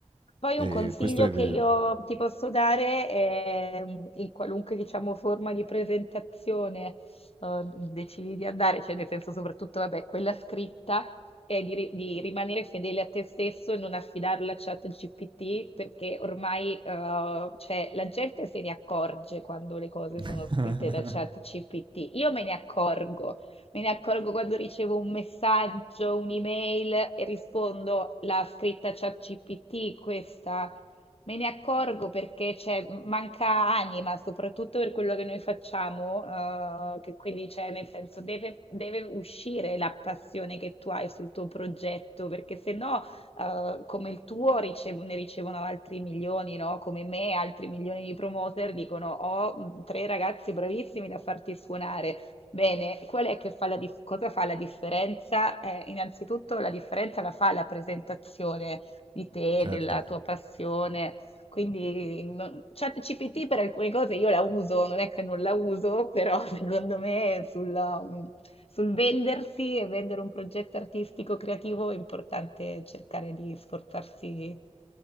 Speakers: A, on the left (about 60°); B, on the right (about 45°).
A: Poi
B: Ehm,
A: un consiglio
B: questo è
A: che
B: vero.
A: io ti posso dare è mm, in qualunque, diciamo, forma di presentazione eh, decidi di andare, cioè nel senso soprattutto, vabbè, quella scritta, è di, ri- di rimanere fedele a te stesso e non affidarla a ChatGPT perché ormai eh, cioè, la gente se ne accorge quando le cose
B: <laughs>
A: sono scritte da ChatGPT. Io me ne accorgo. Me ne accorgo quando ricevo un messaggio, un'email e rispondo la scritta ChatGPT, questa. Me ne accorgo perché c'è, manca anima, soprattutto per quello che noi facciamo, eh, che quindi c'è, nel senso, deve, deve uscire la passione che tu hai sul tuo progetto, perché se no, eh, come il tuo ricev- ne ricevono altri milioni, no? Come me, altri milioni di promoter dicono: Ho mm, tre ragazzi bravissimi da farti suonare. Bene, qual è che fa la dif- cosa fa la differenza? Eh, innanzitutto la differenza la fa la presentazione di te,
B: Certo,
A: della tua passione. Quindi non- ChatGPT per alcune cose io la uso, non è che non la uso, però <laughs> secondo me sulla, mm, sul vendersi e vendere un progetto artistico creativo è importante cercare di sforzarsi